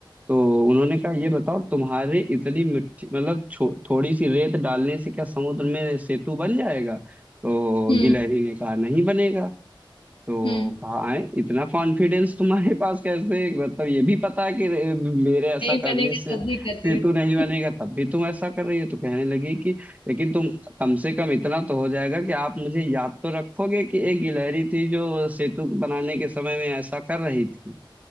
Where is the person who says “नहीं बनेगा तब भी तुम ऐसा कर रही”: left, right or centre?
Right